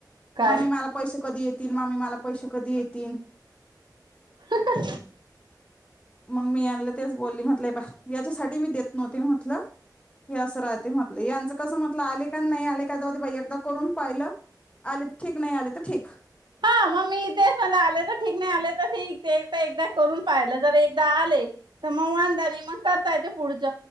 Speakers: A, on the right; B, on the left.
A: काय
B: म्मी मला पैसे कधी येत तील मा्मी मला पैसे कधी येतील
A: ह
B: मग मी याला तेच बोलली म्हटलं याच्यासाठी मी देत नव्हती म्हटलं हे असं राहते म्हटलं यांचं कसं म्हटलं आले का नाही आले का जाऊ भाई एकदा करून पाहिलं आले ठीक नाही आले तर ठीक
A: ह मग मी ते आले तर ठीक नाही आले तर एकदा करून पाहिलं तर एकदा आले तर मग वांदाा नाही मग करता येते पुढच